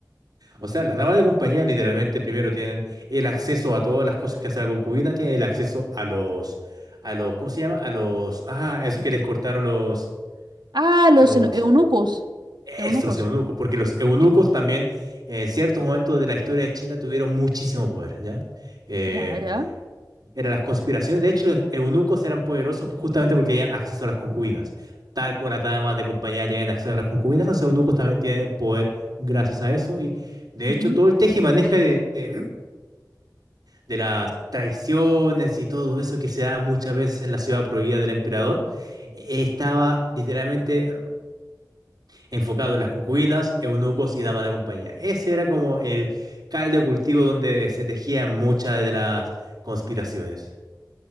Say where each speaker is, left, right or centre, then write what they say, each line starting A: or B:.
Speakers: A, on the right; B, on the right.
A: O sea, las damas de compañía literalmente primero tienen el acceso a todas las cosas que hace la concubina, tienen el acceso a los, a los, ¿cómo se llama? A los, ah, a esos que les cortaron los,
B: Ah, los
A: los
B: enu- eunucos. Eunucos.
A: Estos eunucos, porque los eunucos
B: Eh,
A: también eh, en ciertos momentos de la historia de China tuvieron muchísimo poder, ¿ya? Eh,
B: Ya, ya.
A: eran las conspiraciones, de hecho los eunucos eran poderosos justamente porque tenían acceso a las concubinas. Tal como las damas de compañía tienen acceso a las concubinas, los eunucos también tienen poder gracias a eso y de
B: Ujú.
A: hecho todo el tejimaneja de, de, de las traiciones y todo eso que se da muchas veces en la ciudad prohibida del emperador eh, estaba literalmente enfocado en las concubinas, eunucos y damas de compañía. Ese era como el caldo de cultivo donde se tejían muchas de las conspiraciones.